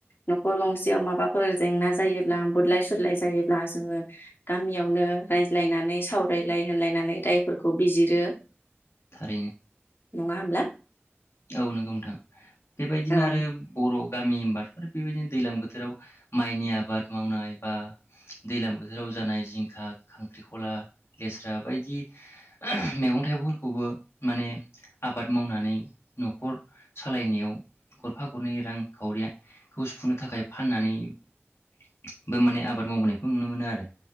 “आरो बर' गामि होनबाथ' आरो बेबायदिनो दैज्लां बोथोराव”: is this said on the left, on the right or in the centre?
Left